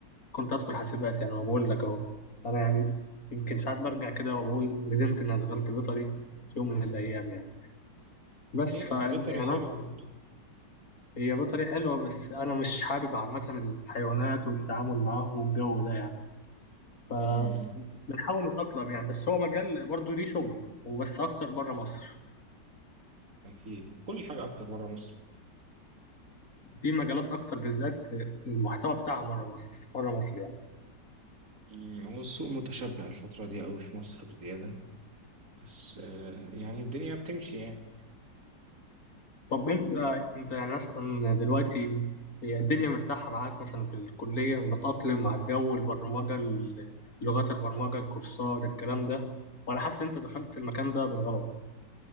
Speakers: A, on the left (about 50°); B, on the right (about 50°).
A: كنت هدخل حاسبات يعني أنا بقول لك أهو أنا يعني يمكن ساعات برجع كده وبقول ندمت إني دخلت بيطري في يوم من الأيام يعني بس
B: إيه
A: ف
B: بس
A: يعني
B: بيطري حلوة
A: أنا-
B: برضه
A: هي بيطري حلوة بس أنا مش حابب عامة الحيوانات والتعامل معاهم والجو ده يعني
B: امم
A: بنحاول نتأقلم يعني بس هو مجال برضه ليه شغل وبس أكتر بره مصر
B: أكيد كل حاجة أكتر بره مصر
A: في مجالات أكتر بالذات المحتوى بتاعها بره مصر بره مصر يعني
B: مم، هو السوق متشبع الفترة دي أوي في مصر بزيادة بس آه، يعني الدنيا بتمشي يعني
A: طب أنت أنت يعني مثلا دلوقتي هي الدنيا مرتاحة معاك مثلا في الكلية متأقلم مع الجو البرمجة ال- لغات البرمجة الكورسات الكلام ده وأنا حاسس إن أنت دخلت المكان ده بالغلط